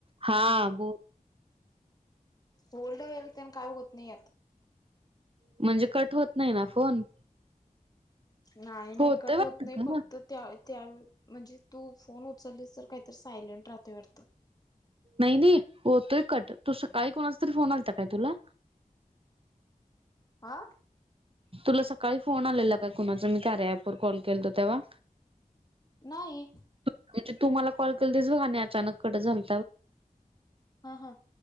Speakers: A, on the right; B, on the left.
A: हा ब
B: होल्ड वर तेन काय होत नाही ह्यात.
A: म्हणजे कट होत नाही ना फोन?
B: नाही नाही
A: होतोय
B: कट
A: वाटत
B: होत नाही
A: का
B: फक्त त्या त्या म्हणजे तू फोन उचललीस तर काही, तर सायलेट राहते वाटत.
A: नाही नाही होतोय कट तू सकाळी कोणा तरी फोन आलाता काय तुला?
B: आ
A: तुला सकाळी फोन आलेला काय कुणाच मी कार्या पवर कॉल केलत तेव्हा?
B: नाही
A: म्हणजे तुम्हाला कॉल केल दिस बघा आणि अचानक कटं झालं
B: हा हा